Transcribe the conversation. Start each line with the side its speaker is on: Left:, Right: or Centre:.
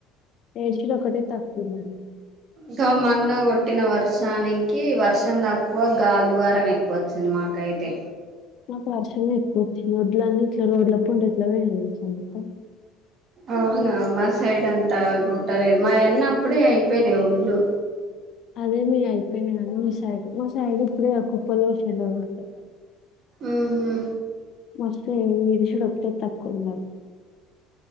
Left: ఏడ్చిడు ఒకటే తక్కువ ఉంది
Right: సో మొన్న కొట్టిన వర్షానికి కి వర్షం తక్కువ గల్దీవారం ఎక్కువ వచ్చింది మాకైతే
Left: మాకు వర్షం ఎక్కువ ఒచ్చింది ఒడ్లన్నీ ఇట్లా రోడ్ల పంటి ఎట్లా పోయినయో తెలుసా నీకు
Right: అవునా మా సైడ్ అంత తా కుట్టలేదు మా అన్నప్పుడే అయిపోయినాయి ఒడ్లు
Left: అదే మీయి అయిపోయినాయి గానీ మీ సైడ్ మా సైడ్ ఇప్పుడే కుప్ప లో ఏషిళ్లు ఒడ్
Right: ఆహా
Left: మస్తు ఏడుషుడు ఒకటె తక్కువుంది మాది